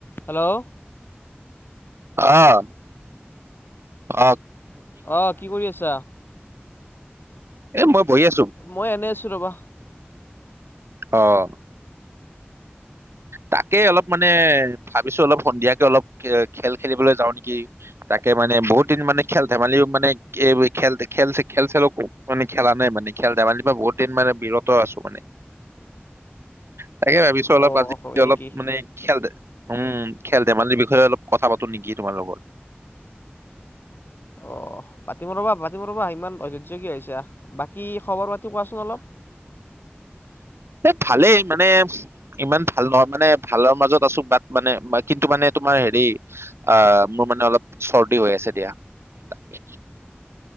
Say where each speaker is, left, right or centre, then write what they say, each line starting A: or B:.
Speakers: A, on the left; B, on the right.
A: Hello
B: আহ, অ'।
A: অ', কি কৰি আছা?
B: এ মই বহি আছো।
A: মই এনে আছো ৰবা
B: অ'। তাকে অলপ মানে ভাবিছো অলপ সন্ধিয়াকে অলপ খেল খেলিবলে যাওঁ নেকি তাকে মানে বহুত দিন মানে খেল ধেমালিও মানে এই খেল খেল খেল চেল মানে খেলা নাই মানে খেল ধেমালিও মই বহুত দিন মানে বিৰত আছো মানে তাকে ভাবিছো অলপ
A: অ
B: আজি
A: হয়
B: অলপ
A: নেকি
B: মানে, খেল দে, উম। খেল ধেমালিৰ বিষয়ে অলপ কথা পাতো নেকি তোমাৰ লগত।
A: অ পাতিম ৰবা পাতিম ৰবা ইমান অধ্হ্য হৈছে বাকী খবৰ পাতি কোৱাচোন অলপ?
B: এই ভালেই মানে, ইমান ভাল নহয় মানে ভালৰ মাজত আছো বাট মানে কিন্তু মানে তোমাৰ হেৰি, আহ, মোৰ মানে অলপ চৰ্দি হৈ আছে দিয়া, তাকে।